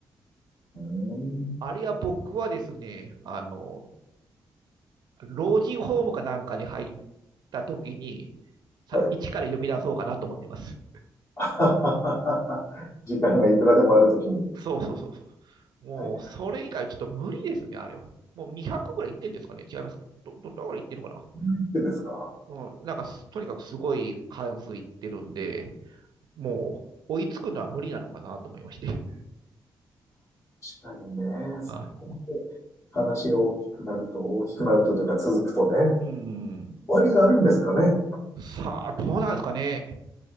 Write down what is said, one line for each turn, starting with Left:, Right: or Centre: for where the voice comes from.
Left: うーん。
Right: あれは僕はですね、あの、老人ホームかなんかに入った時に、さ、
Left: はい。
Right: 一から読み出そうかなと思ってます。
Left: <laughs> 時間がいくらでもあるときに。
Right: そうそうそうそう。もう、
Left: はい。
Right: それ以外ちょっと無理ですね、あれは。もう200ぐらいいってんですかね違いますかど、ど、だからいってんのか
Left: 何言ってんですか。
Right: なうん、なんかす、とにかくすごい関数いってるんで、もう追いつくのは無理なのかなと思いまして。
Left: 確かにね、そこまで
Right: <laughs> あ
Left: 話が大きくなると、大きくなるとというか続くとね、終
Right: うん
Left: わりがあるんですかね。
Right: さあ、どうなんですかね。